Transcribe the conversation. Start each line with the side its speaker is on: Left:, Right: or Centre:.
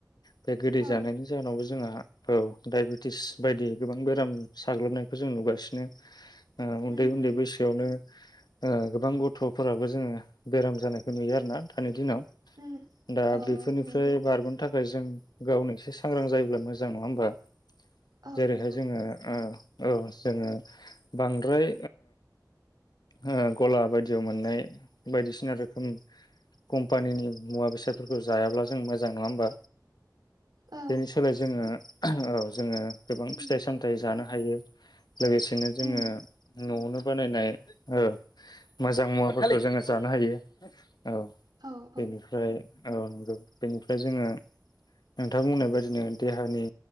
Left: बे गोदै
Right: औ
Left: जानायनि जाहोनावबो जोंहा औ डाइबेटिस बायदि गोबां बेराम साग्लोबनायखौ जों नुगासिनो आ उन्दै
Right: उम
Left: उन्दै
Right: उम
Left: सोआवनो ओ गोबां गथ'फोराबो जोङो बेराम जानायखौ नुयो आरोना दानि दिनाव।
Right: उम
Left: दा
Right: औ
Left: बेफोरनिफ्राय
Right: औ नंगौ
Left: बारग'नो थाखाय जों गावनो एसे सांग्रां जायोब्ला मोजां। बा
Right: औ
Left: जेरैहाय
Right: नंगौ
Left: जोङो ओ औ जोङो बांद्राय ओ गला बायदियाव मोननाय बायदिसिना रोखोम कम्पानिनि मुवा बेसादफोरखौ जायाब्ला जों मोजां नङा होमबा।
Right: औ
Left: बेनि सोलाय जोङो औ जोङो गोबां
Right: उम
Left: फिथाइ सामथायाइ जानो हायो लोगोसेनो जोङो
Right: उम
Left: न'आवनो बानायनाय ओ मोजां महरफोरखौ जोङो जानो हायो औ
Right: औ औ
Left: बेनिफ्राय
Right: उम
Left: औ नंगौ बेनिफ्राय जोङो नोंथांमोनहा बुजिनांगोन देहानि